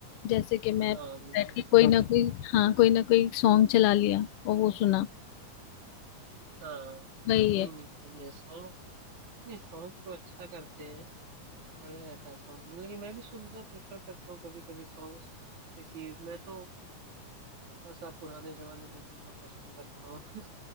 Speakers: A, on the left; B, on the right.
A: जैसे कि मैं
B: हाँ म्यूजिक
A: बैठ के कोई
B: तो
A: ना
B: मैं भी
A: कोई हाँ कोई ना कोई सॉन्ग चला लिया और वो सुना
B: हाँ
A: वही
B: नहीं
A: है
B: नहीं सही है सॉन्ग्स नहीं सॉन्ग्स तो अच्छा करते हैं बढ़िया रहता है सॉन्ग मतलब कि मैं भी सुनना प्रेफर करता हूँ कभी कभी सॉन्ग्स जैसे कि मैं तो थोड़ा सा पुराने जमाने में सुनना पसंद करता हूँ